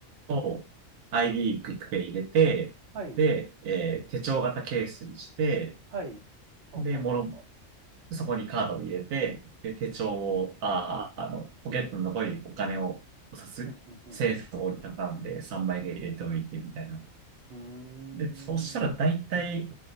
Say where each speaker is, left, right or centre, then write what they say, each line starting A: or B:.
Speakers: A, on the right; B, on the right.
A: と ID クイックペイ入れて、
B: はい。
A: で、えー手帳型ケースにして、
B: はい。はははは。
A: で、もの、そこにカードを入れて、で、手帳を、あー、あの、ポケットの残りにお金をお札、
B: うん、うん、
A: 1円札を折りたたんで3枚で入れておいてみたいな。
B: うん。
A: で、そうしたら大体、
B: うーん。